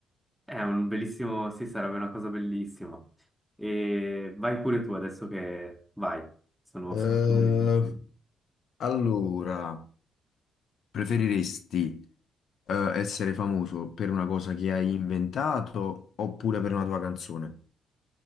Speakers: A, in the centre; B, on the left.
A: è un bellissimo... Sì, sarebbe una cosa bellissima. E vai pure tu adesso che... Vai, sono
B: Eh,
A: sono curioso di sentire.
B: allora, preferiresti eh, essere famoso per una cosa che hai inventato oppure per una tua canzone?